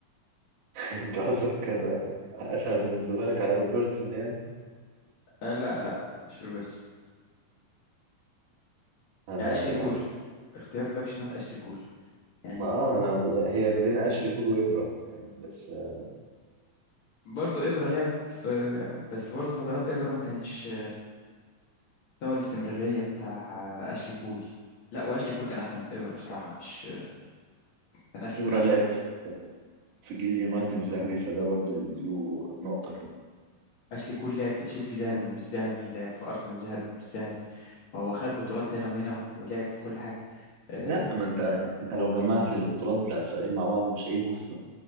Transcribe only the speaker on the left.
آه لا لا مش روبرتسون
آه أشلي كول اختيار باك شمال أشلي كول يعني
برضو إفرا لعب في بس برضو فترات إفرا ما كانتش مستوى الاستمرارية بتاع أشلي كول لا وأشلي كول كان أحسن من إفرا بصراحة مش كان أشلي
كول أحسن
أشلي كول لعب في تشيلسي ذهبي ومش ذهبي لعب في أرسنال ذهبي ومش ذهبي فهو خد بطولات هنا وهنا ولعب في كل حاجة آه،